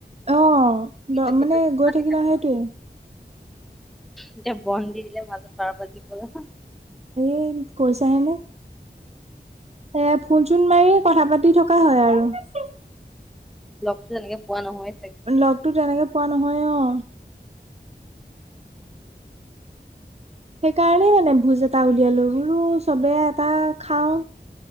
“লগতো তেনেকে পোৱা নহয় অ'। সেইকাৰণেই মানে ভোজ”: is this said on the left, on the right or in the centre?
Right